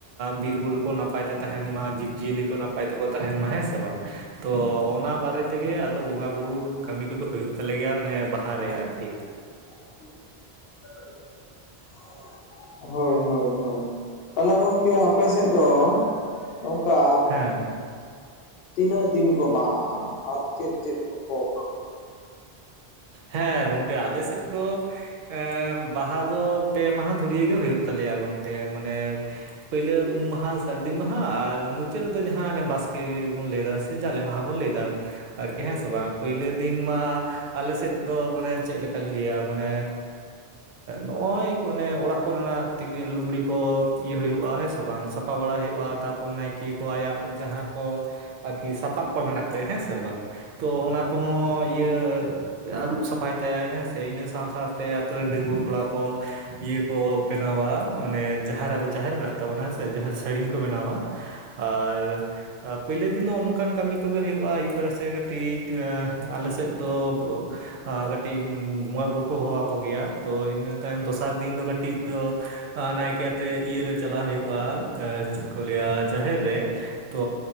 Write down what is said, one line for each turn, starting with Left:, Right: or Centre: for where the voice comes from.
Right: ᱵᱤᱨ ᱵᱩᱨᱩ ᱠᱚ ᱱᱟᱯᱟᱭ ᱛᱮ ᱛᱟᱦᱮᱱ ᱢᱟ ᱡᱤᱵ ᱡᱤᱭᱟᱹᱞᱤ ᱠᱚ ᱱᱟᱯᱟᱭ ᱛᱮᱠᱚ ᱛᱟᱦᱮᱱ ᱢᱟ ᱦᱮᱸ ᱥᱮ ᱵᱟᱝ᱾ᱛᱚ ᱚᱱᱟ ᱵᱟᱨᱮ ᱛᱮᱜᱮ ᱟᱫᱚ ᱵᱚᱸᱜᱟ ᱵᱩᱨᱩ ᱠᱟᱹᱢᱤ ᱠᱚᱫᱚ ᱦᱩᱭᱩᱜ ᱛᱟᱞᱮ ᱜᱮᱭᱟ ᱚᱱᱮ ᱵᱟᱦᱟ ᱨᱮ ᱟᱨᱠᱤ᱾
Left: <inaudible> ᱦᱳᱭ ᱦᱳᱭ ᱦᱳᱭ᱾ ᱛᱟᱦᱚᱞᱮ ᱜᱚᱢᱠᱮ ᱟᱯᱮ ᱥᱮᱫ ᱫᱚ ᱱᱚᱝᱠᱟ
Right: ᱦᱮᱸ
Left: ᱛᱤᱱᱟᱹᱜ ᱫᱤᱱ ᱠᱚ ᱵᱟᱦᱟᱜᱼᱟ? ᱟᱨ ᱪᱮᱫ ᱪᱮᱫ ᱠᱚᱠᱚ ᱮᱢᱟ ᱠᱚᱣᱟ?
Right: ᱦᱮᱸ ᱜᱚᱢᱠᱮ ᱟᱞᱮ ᱥᱮᱫ ᱫᱚ ᱮ ᱵᱟᱦᱟ ᱫᱚ ᱯᱮ ᱢᱟᱦᱟ ᱫᱷᱩᱨᱭᱟᱹ ᱜᱮ ᱦᱩᱭᱩᱜ ᱛᱟᱞᱮᱭᱟ ᱜᱚᱢᱠᱮ᱾ ᱢᱟᱱᱮ ᱯᱳᱭᱞᱳ ᱩᱢ ᱢᱟᱦᱟ ᱥᱟᱹᱨᱫᱤ ᱢᱟᱦᱟ ᱟᱨ ᱢᱩᱪᱟᱹᱫ ᱨᱮᱫᱚ ᱡᱟᱦᱟᱸ ᱚᱱᱮ ᱵᱟᱥᱠᱮ ᱵᱚᱱ ᱞᱟᱹᱭ ᱮᱫᱟ ᱡᱟᱞᱮ ᱢᱟᱦᱟ ᱵᱚᱱ ᱞᱟᱹᱭ ᱫᱟ ᱟᱨᱠᱤ ᱦᱮᱸ ᱥᱮ ᱵᱟᱝ᱾ ᱯᱳᱭᱞᱳ ᱫᱤᱱ ᱢᱟ ᱟᱞᱮᱥᱮᱫ ᱫᱚ ᱢᱟᱱᱮ ᱪᱮᱫ ᱞᱮᱠᱟᱧ ᱞᱟᱹᱭᱟ ᱢᱟᱱᱮ ᱱᱚᱜᱼᱚᱭ ᱚᱱᱮ ᱚᱲᱟᱜ ᱠᱚᱨᱮᱱᱟᱜ ᱛᱤᱠᱤ ᱞᱩᱜᱽᱲᱤ ᱠᱚ ᱤᱭᱟᱹ ᱦᱩᱭᱩᱜᱼᱟ ᱦᱮᱸ ᱥᱮ ᱵᱟᱝ ᱥᱟᱯᱷᱟ ᱵᱟᱲᱟ ᱦᱩᱭᱩᱜᱼᱟ ᱛᱟᱯ ᱱᱟᱭᱠᱮ ᱠᱚ ᱟᱭᱟᱜ ᱡᱟᱦᱟᱸ ᱠᱚ ᱟᱨᱠᱤ ᱥᱟᱯᱟᱵ ᱠᱚ ᱢᱮᱱᱟᱜ ᱛᱟᱭᱟ ᱦᱮᱸ ᱥᱮ ᱵᱟᱝ, ᱛᱳ ᱚᱱᱟ ᱠᱚᱦᱚᱸ ᱤᱭᱟᱹ ᱟᱹᱨᱩᱵ ᱥᱟᱯᱷᱟᱭ ᱛᱟᱭᱟᱭ ᱦᱮᱸᱥᱮ ᱤᱱᱟᱹ ᱥᱟᱣ ᱥᱟᱣᱛᱮ ᱟᱹᱛᱩᱨ ᱨᱮᱱ ᱰᱟᱺᱜᱩᱭᱟᱹ ᱠᱚᱲᱟ ᱠᱚ, ᱤᱭᱟᱹ ᱠᱚ ᱵᱮᱱᱟᱣᱟ ᱢᱟᱱᱮ ᱡᱟᱸᱦᱟ ᱨᱮ ᱟᱵᱚ ᱡᱟᱦᱮᱨ ᱢᱮᱱᱟᱜ ᱛᱟᱵᱚᱱᱟ ᱦᱮᱸ ᱥᱮ ᱡᱟᱦᱮᱨ ᱥᱟᱹᱲᱤᱢ ᱠᱚ ᱵᱮᱱᱟᱣᱟ᱾ ᱟᱨ, ᱯᱳᱭᱞᱳ ᱫᱤᱱ ᱫᱚ ᱚᱱᱠᱟᱱ ᱠᱟᱹᱢᱤ ᱠᱚᱜᱮ ᱦᱩᱭᱩᱜᱼᱟ ᱟᱹᱭᱩᱵ ᱵᱮᱲᱟ ᱥᱮᱫ ᱠᱟᱹᱴᱤᱡ ᱟᱞᱮ ᱥᱮᱫ ᱫᱚ ᱟᱨ ᱠᱟᱹᱴᱤᱡ ᱵᱚᱸᱜᱟ ᱵᱩᱨᱩ ᱠᱚ ᱦᱚᱦᱚ ᱣᱟᱠᱳ ᱜᱮᱭᱟ, ᱛᱚ ᱤᱱᱟᱹ ᱛᱟᱭᱚᱢ ᱫᱚᱥᱟᱨ ᱫᱤᱱ ᱫᱚ ᱠᱟᱹᱴᱤᱡ ᱫᱚ ᱱᱟᱭᱠᱮ ᱟᱛᱮ ᱤᱭᱟᱹ ᱨᱮ ᱪᱟᱞᱟᱣ ᱦᱩᱭᱩᱜᱼᱟ, ᱪᱮᱫ ᱠᱚ ᱞᱟᱹᱭᱟ ᱡᱟᱦᱮᱨ ᱨᱮ, ᱛᱚ